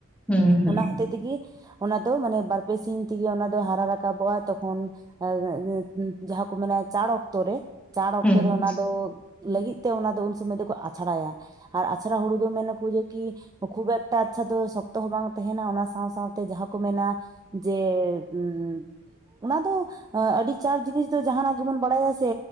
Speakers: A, in the centre; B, on the right.
A: ᱦᱩᱸ ᱦᱩᱸ
B: ᱚᱱᱟ ᱦᱚᱛᱮ ᱛᱮᱜᱮ ᱚᱱᱟ ᱫᱚ ᱢᱟᱱᱮ, ᱵᱟᱨᱯᱮ ᱥᱤᱧ ᱛᱮᱜᱮ ᱚᱱᱟ ᱫᱚ ᱦᱟᱨᱟ ᱨᱟᱠᱟᱵᱚᱜᱼᱟ ᱛᱚᱠᱷ ᱟᱹᱧ ᱚᱸᱚᱸᱚᱸ ᱡᱟᱦᱟᱸ ᱠᱚ ᱢᱮᱱᱟ ᱪᱟᱬ ᱚᱠᱛᱚᱨᱮ ᱪᱟᱬ ᱚᱠᱛᱚ
A: ᱦᱩᱸ
B: ᱨᱮ ᱚᱱᱟ ᱫᱚ ᱞᱟᱹᱜᱤᱫ ᱛᱮ ᱚᱱᱟ ᱫᱚ ᱩᱱ ᱥᱚᱢᱚᱭ ᱫᱚᱠᱚ ᱟᱪᱷᱲᱟᱭᱟ, ᱟᱨ ᱟᱪᱷᱲᱟ ᱦᱩᱲᱩ ᱫᱚ ᱢᱮᱱᱟᱠᱚ ᱡᱮ ᱠᱤ ᱠᱷᱩᱵ ᱮᱠᱴᱟ ᱟᱪᱪᱷᱟ ᱫᱚ ᱥᱚᱠᱛᱚ ᱦᱚᱸ ᱵᱟᱝ ᱛᱟᱦᱮᱱᱟ᱾ ᱚᱱᱟ ᱥᱟᱶ ᱥᱟᱶᱛᱮ ᱡᱟᱦᱟᱸ ᱠᱚ ᱢᱮᱱᱟ ᱡᱮ ᱚᱢ ᱚᱢ ᱚᱱᱟ ᱫᱚ ᱟᱹᱰᱤ ᱪᱟᱲ ᱡᱤᱱᱤᱥ ᱫᱚ ᱡᱟᱦᱟᱱᱟᱜ ᱜᱮᱵᱚᱱ ᱵᱟᱲᱟᱭᱟ ᱥᱮ